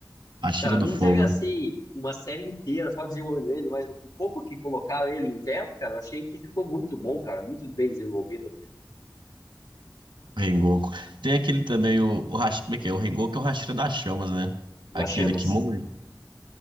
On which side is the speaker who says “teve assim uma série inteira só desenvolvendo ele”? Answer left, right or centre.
Left